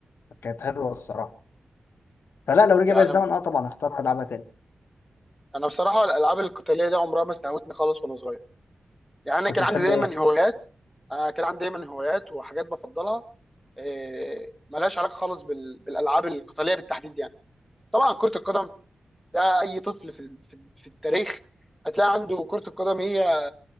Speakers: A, on the left; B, in the centre.
A: كانت حلوة الصراحة فلا لو رجع
B: يعني
A: بقى الزمن
B: انا
A: اه طبعا اختار العبها تاني
B: أنا بصراحه الالعاب القتاليه دي عمرها ما استهوتني خالص وانا صغير يعني انا
A: كنت
B: كان
A: بتحب
B: عندي دايما
A: ايه؟
B: هوايات انا كان عندي دايما هوايات وحاجات بفضلها إيه، ملهاش علاقه خالص بال- بالالعاب القتاليه بالتحديد يعني طبعا كرة القدم ده اي طفل في في, في التاريخ هتلاقي عنده كرة القدم هي